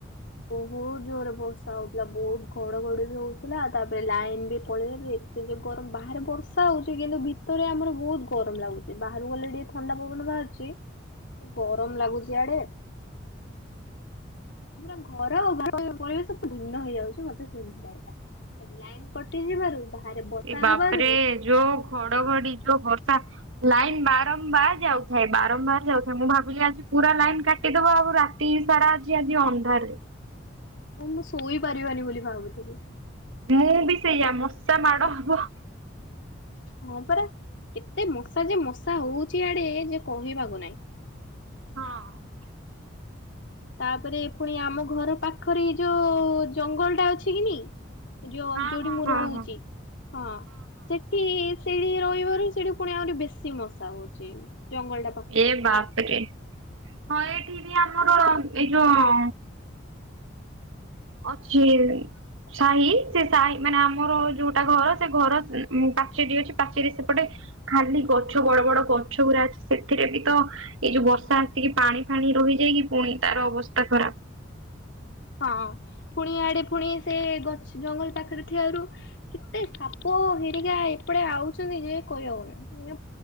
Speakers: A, on the left; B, on the right.
A: ବହୁତ ଜୋରରେ ବସ ଉ ବହୁତ ଘଡଘଡ ବି ହଉଥିଲା ତାପରେ ଲାଇନ ବି ପଳେଇଚି। ଗରମ ବାହାରେ ବର୍ଷା ହଉଛି କିନ୍ତୁ ଭି ଭୀତରେ ଆମର ବହୁତ ଗରମ ଲାଗୁଛି ବାହାରୁ ଗଲେ ଟିକେ ଥଣ୍ଡା ପବନ ବାହାରୁିଛି। ଗରମ ଲାଗୁଛି ଇଆଡେ। ତମ ଘର ଆଉ ବା ପରିବେଶ ସବୁ ଭିନ୍ନ ହେଇଯାଉଛି ମତେ ସେମିତି ଲାଗିଲା। ଲାଇନ୍ କଟି ଯିବାରୁ ବାହାରେ ବର୍ଷା
B: ଏ ବାପରେ
A: ହବାରୁ
B: ଯୋଉ ଘଡଘଡି ଯୋଉ ବର୍ଷା ଲାଇନ୍ ବାରମ୍ବାର ଯାଉଥାଏ ବାରମ୍ବାର ଯାଉଥାଏ ମୁଁ ଭାବିଲି ଆଜି ପୁରା ଲାଇନ କାଟିଦବ ଆଉ ରାତି ରାତି ସାରା ଆଜି ଆଜି ଅନ୍ଧାର।
A: ମୁଁ ମୁଁ ଶୋଇ ପାରିବନି ବୋଲି ଭାବୁଥିଲି।
B: ମୁଁ ବି ସେଇଆ ମଶା ମାଡ ହବ।
A: ହଁ ପରା କେତେ ମଶା ଯେ ମଶା ହଉଚି ଇଆଡେ ଯେ କହିବାକୁ ନାହିଁ।
B: ହଁ।
A: ତାପରେ ପୁଣି ଆମ ଘର ପାଖରେ ଏଇ ଯୋଉ ଜଙ୍ଗଲ ଟା ଅଛି କି ନାଇଁ। ଯଉ
B: ହଁ
A: ଯୋଉଠି
B: ହଁ
A: ମୁଁ
B: ହଁ
A: ରହୁଛି
B: ହଁ
A: ହଁ ସେ ସେଠି ରହିବାରୁ ସେଠି ପୁଣି ଆହୁରି ବେଶୀ ମଶା ହଉଚି ଜଙ୍ଗଲଟା
B: ଏ ବାପରେ ହଁ ଏଇଠି ବି ଆମର ଏଇ ଯୋଉ ଅଛି ସାହି ସେ ସାହି ମାନେ ଆମର ଯୋଉଟା ଘର ସେ ଘର ପାଚେରୀ ଅଛି ପାଚେରୀ ସେପଟେ ଖାଲି ଗଛ ବଡ ବଡ ଗଛ ଗୁରା ଅଛି ସେଥିରେ ବି ତ ଏଇ ଯୋଉ ବର୍ଷା ଆସିକି ପାଣି ଫାଣି ରହିଯାଇକି ପୁଣି ତାର ଅବସ୍ଥା ଖରାପ।
A: ହଁ ପୁଣି ଆଡେ ପୁଣି ସେ ଗଛ ଜଙ୍ଗଲ ପାଖରେ ଥିବାରୁ କେତେ ସାପ ହେରିକା ଏପଟେ ଆଉଚନ୍ତି ଯେ କହି ହଉନି।